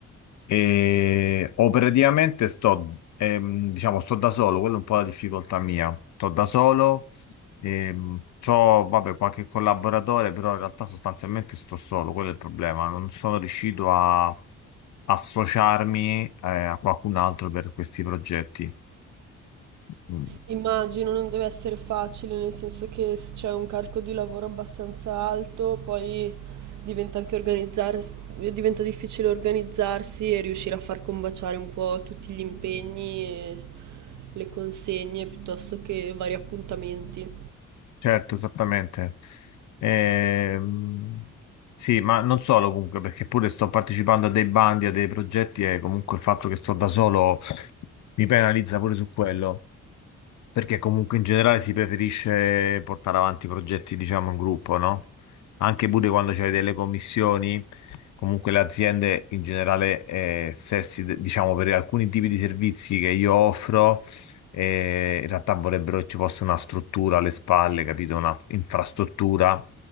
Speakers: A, on the left; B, on the right.
A: E operativamente sto, ehm, diciamo, sto da solo, quella è un po' la difficoltà mia. Sto da solo Ehm, c'ho, vabbè, qualche collaboratore, però in realtà sostanzialmente sto solo, quello è il problema. Non sono riuscito a associarmi, eh, a qualcun altro per questi progetti. Mm,
B: Immagino non deve essere facile, nel senso che se c'è un carico di lavoro abbastanza alto, poi diventa anche organizzars- diventa difficile organizzarsi e riuscire a far combaciare un po' tutti gli impegni e le consegne piuttosto che vari appuntamenti.
A: Certo, esattamente. Ehm, sì, ma non solo comunque, perché pure sto partecipando a dei bandi, a dei progetti e comunque il fatto che sto da solo mi penalizza pure su quello. Perché comunque in generale si preferisce portare avanti progetti, diciamo, in gruppo, no? Anche pure quando c'è delle commissioni, comunque le aziende in generale, eh, se si- diciamo, per alcuni tipi di servizi che io offro, eh, in realtà vorrebbero che ci fosse una struttura alle spalle, capito? Una f- infrastruttura,